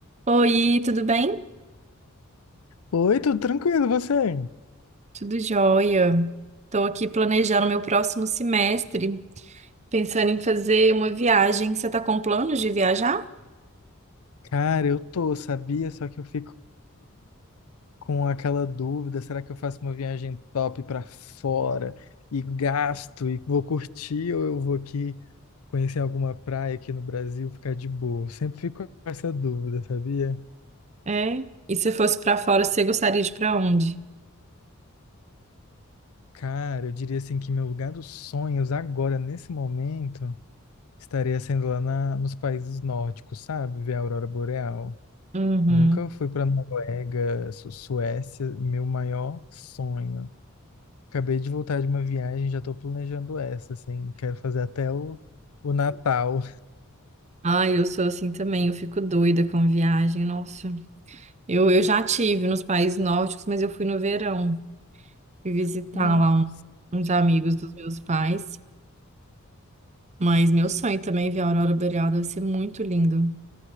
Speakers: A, on the right; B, on the left.
A: Oi, tudo bem?
B: Oi, tudo tranquilo, e você?
A: Tudo jóia. Estou aqui planejando meu próximo semestre, pensando em fazer uma viagem. Você está com planos de viajar?
B: Cara, eu tô, sabia? Só que eu fico com aquela dúvida, será que eu faço uma viagem top pra fora e gasto e vou curtir ou eu vou aqui conhecer alguma praia aqui no Brasil, ficar de boa? Eu Sempre fico com essa dúvida, sabia?
A: É. E se fosse para fora, você gostaria de ir para onde?
B: Cara, eu diria assim que meu lugar dos sonhos agora, nesse momento, estaria sendo lá na, nos países nórdicos, sabe? Ver a aurora boreal.
A: Uhum.
B: Nunca fui para Noruega, Su- Suécia, meu maior sonho. Acabei de voltar de uma viagem, já estou planejando essa, assim, quero fazer até o, o Natal.
A: Ah, eu sou assim também, eu fico doida com viagem, nossa. Eu, eu já tive nos países nórdicos, mas eu fui no verão. Fui visitar
B: <laughs> Nossa,
A: lá um- uns amigos dos meus pais. Mas meu sonho também é ver a aurora boreal, deve ser muito lindo.